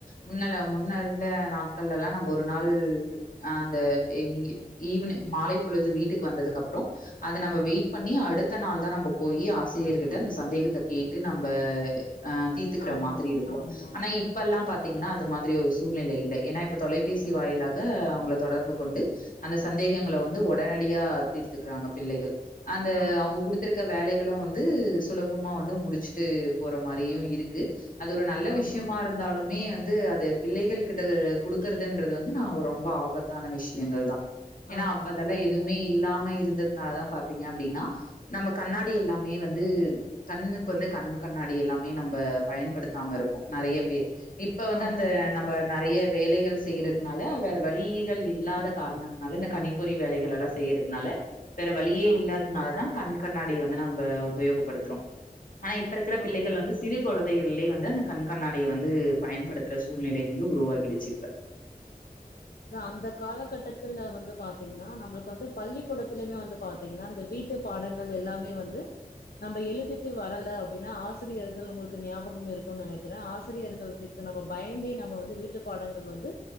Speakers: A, on the left (about 65°); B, on the left (about 85°).
A: முன்னல முன்ன இருந்த நாட்களலா நம்ம ஒரு நாள் அந்த <unintelligible> ஈவினிங் மாலை பொழுது வீட்டுக்கு வந்ததுக்கப்றோ அத நம்ம வெயிட் பண்ணி அடுத்த நாள் தா நம்ம போய் ஆசிரியர்கிட்ட அந்த சந்தேகத்த கேட்டு நம் ப ஆ தீத்துக்கிறமாதிரி
B: ஆமாம்,
A: இருக்கு
B: ஆமா,
A: ஆனா இப்பெல்லா பாத் பா்த்தீங்கன்னா அது மாதிரி ஒரு சூழ்நிலை இல்லை ஏன்னா இப்ப தொலைபேசி வாயிலாக அவங்களை தொடர்பு கொண்டு அந்த சந்தேகங்களை வந்து உடனடியா தீர்த்துக்கிறாங்க பிள்ளைகள் அந்த
B: ஆமா,
A: அவங்க குடுத்துருக்க வேலை <unintelligible> வந்து சுலபமா வந்து முடிச்சு விட்டு போற மாரியும் இருக்கு அது ஒரு நல்ல
B: ஆமா,
A: விஷயமா இருந்தாலுமே வந்து வந்து அது பிள்ளைகள் கிட்ட கொடுக்குறதுன்றது வந்து நான் ரொம்ப ஆபத்தான விஷயங்கள் தான் ஏனா
B: ஆமா,
A: அப்ப அதெல்லாம்
B: ஆமா,
A: எதுவுமே இல்லாம இருந்த அதனாலதான் பாத்தீங்க அப்படின்னா நம்ம கண்ணாடி எல்லாமே வந்து கண்ணுக்கு வந்து கண் கண்ணாடி எல்லாமே நம்ம பயன்படுத்தாம இருக்கும் நிறைய பேர் இப்ப வந்து
B: ஆமா.
A: அந்த
B: கரெக்டா
A: நம்ம
B: சொன்னீங்க.
A: நிறைய வேலைகள் செய்யற னால வேற வழிகள் இல்லாத காரணத்தினால இந்த கணிப்பொறி வேலைகள் எல்லா செய்யறதுனால வேற வழியே
B: ஆமா,
A: இல்லாததுனால தான் கண் கண்ணாடி வந்து நம்ம உபயோகப்படுத்துறோம் ஆனா இப்ப இருக்கிற பிள்ளைகள்
B: ஆமா.
A: வந்து சிறு குழ குழந்தைகள்லே வந்து அந்த கண் கண்ணாடியை வந்து பயன்படுத்துற சூழ்நிலை வந்து உருவாகிடுச்சு இப்ப
B: அந்த காலகட்டத்துல வந்து பாத்தீங்கன்னா நம்மளுக்கு வந்து பள்ளிக்கூடத்துலயுமே வந்து பாத்தீங்கன்னா இந்த வீட்டு பாடங்கள் எல்லாமே வந்து நம்ம எழுதிட்டு வரல அப்படின்னா ஆசிரியர்கள் உங்களுக்கு ஞாபகம இருக்கும் நினைக்கிறேன் ஆசிரியர்கள் கிட்ட நம்ம பயந்தே நம்ம வந்து வீட்டு பாடங்கள் வந்து